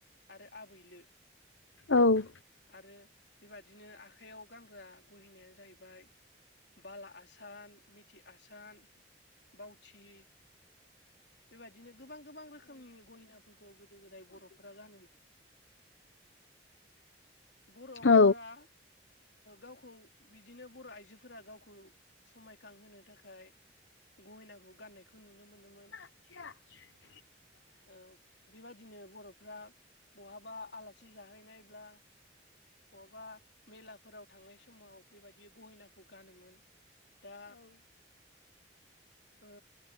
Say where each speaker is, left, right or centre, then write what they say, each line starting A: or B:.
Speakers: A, on the left (about 65°); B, on the left (about 80°).
A: आरो आबैलो।
B: औ।
A: आरो बेबादिनो आखाइयाव गानग्रा गहेनायानो जाहैबाय बाला आसान, मिथि आसान, बावथि बेबायदिनो गोबां गोबां रोखोमनि गहेना फोरखौ गोदो गोदाय बर'फोरा गानोमोन। बर'फोरा
B: औ
A: गावखौ बिदिनो बर' आइजोफोरा गावखौ समायखांहोनो थाखाय गहेनाखौ गान्नायखौ नुनो मोनोमोन।
B: <inaudible>
A: औ बेबादिनो बर'फ्रा बहाबा आलासि जाहैनायब्ला, बहाबा मेलाफोराव थांनाय स समाव बेबायदि गहेनाखौ गानोमोन। दा ओ